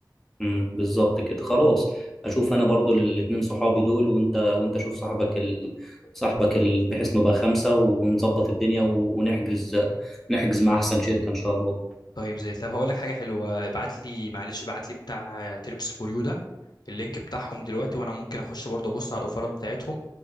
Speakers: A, in the centre; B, on the left (about 65°).
A: مم. بالظبط كده خلاص أشوف أنا برضو الاتنين صحابي دول وأنت وأنت شوف صاحبك ال... صاحبك ال... بحيث نبقى خمسة ونظبط الدنيا و... ونحجز نحجز مع أحسن شركة إن شاء الله
B: طيب زي طب هقول لك حاجه حلوه ابعت لي معلش ابعت لي بتاع تريبس فور يو ده اللينك بتاعهم دلوقتي وانا ممكن اخش برضه ابص على الاوفرات بتاعتهم